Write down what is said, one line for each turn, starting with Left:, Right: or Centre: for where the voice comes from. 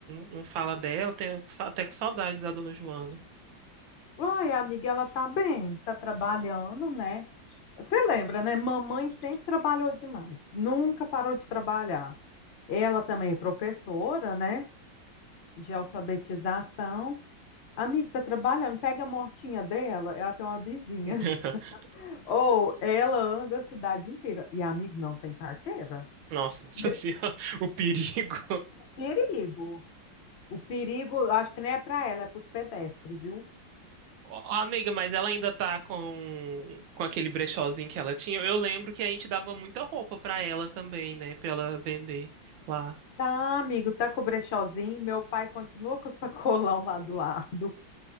Right: não fala dela, tenho sa- até com saudade da dona Joana.
Left: Uai, amiga, ela tá bem, tá trabalhando, né? Você lembra, né? Mamãe sempre trabalhou demais, nunca parou de trabalhar. Ela também é professora, né? De alfabetização. Amiga, tá trabalhando, pega a motinha dela, ela tem uma vizinha.
Right: <laughs>
Left: <laughs> Ou ela anda a cidade inteira. E a amiga não tem carteira.
Right: Nossa
Left: Me-
Right: senhora, o perigo.
Left: O perigo. O perigo, eu acho que nem é pra ela, é pros pedestres, viu?
Right: Ó, amiga, mas ela ainda tá com, com aquele brechózinho que ela tinha. Eu lembro que a gente dava muita roupa pra ela também, né? Pra ela vender lá.
Left: Tá, amigo, tá com o brechózinho. Meu pai continua com o sacolão lá do lado.